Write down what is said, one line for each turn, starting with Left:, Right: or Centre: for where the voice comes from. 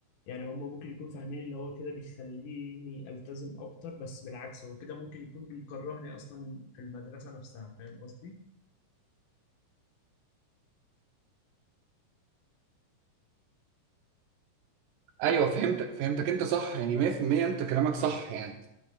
Left: يعني هما ممكن يكونوا فاهمين اللي هو كده بيخليني التزم اكتر بس بالعكس هو كده ممكن يكون بيكرهني اصلا في المدرسة نفسها فاهم قصدي
Right: ايوه فهمتك فهمتك انت صح يعني 100% انت كلامك صح يعني